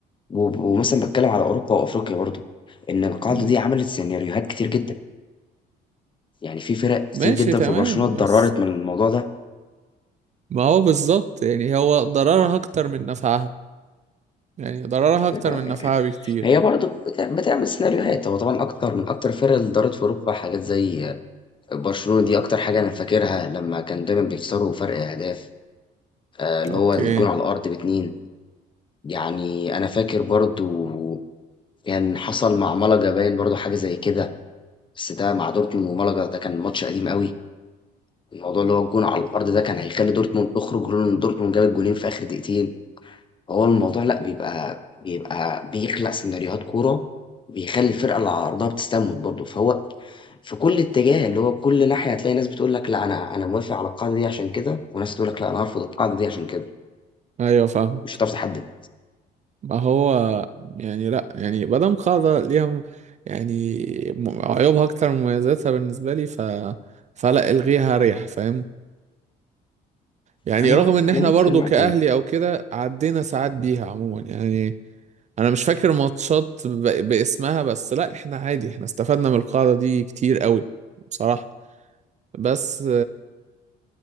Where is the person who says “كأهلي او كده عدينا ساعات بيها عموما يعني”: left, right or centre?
Right